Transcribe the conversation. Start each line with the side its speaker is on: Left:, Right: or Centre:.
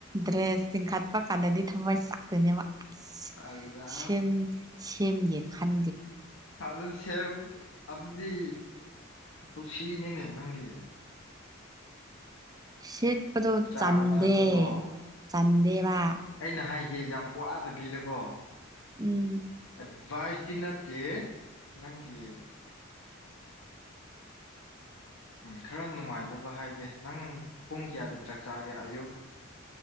Right: ꯗ꯭ꯔꯦꯁꯁꯤꯡꯤꯡ ꯍꯥ ꯆꯄ ꯀꯥꯟꯗꯗꯤ ꯊꯝꯋꯥꯏ ꯁꯛꯇꯅꯦꯕ ꯑꯁ
Left: ꯑꯩꯌꯥ
Right: ꯁꯦꯝꯒꯦ ꯈꯟ
Left: ꯑꯗꯨꯗ ꯁꯦ ꯑꯗꯨꯕꯗꯤ ꯈꯨꯁꯤ ꯅꯅꯦ ꯅꯪꯒꯤ
Right: ꯁꯦꯠꯄꯗꯧ
Left: ꯆꯥꯕ
Right: ꯆꯟꯗꯦ
Left: ꯊꯛꯄꯗꯣ
Right: ꯆꯟꯗꯦ ꯕꯥ
Left: ꯑꯩꯅ ꯍꯥꯏꯒꯦ ꯌꯥꯝ ꯋꯥꯗꯕꯤꯗꯀꯣ
Right: ꯎꯝ
Left: ꯑꯦꯗꯚꯥꯏꯁꯇꯤ ꯅꯠꯇꯦ ꯅꯪꯒꯤ ꯈꯔ ꯅꯨꯡꯉꯥꯏꯅꯕ ꯍꯥꯏꯒꯦ ꯅꯪ ꯄꯨꯡ ꯀꯌꯥꯗ ꯆꯥꯛꯆꯥꯒꯤ ꯑꯌꯨꯛ